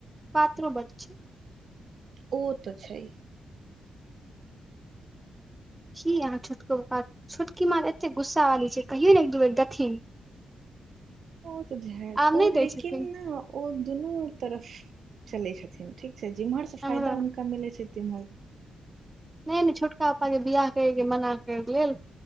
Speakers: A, on the right; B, on the right.
A: पातरो बड्ड छै
B: ओ तऽ छै
A: की अहाँ छोटको पपा छोटकी माँ कऽ एते गुस्सा वाली छै कहियौ नऽ एक दू बेर देखथिन
B: ओ तऽ
A: आब नहि
B: <unintelligible>
A: दै
B: लेकिन
A: छथिन
B: ओ दुनू तरफ चलै छथिन ठीक छै जेम्हर सँ
A: हमरो
B: फायदा हुनका मिलै छै तिम्हर
A: नय नय छोटका पापा के बियाह करयके मना करै लेल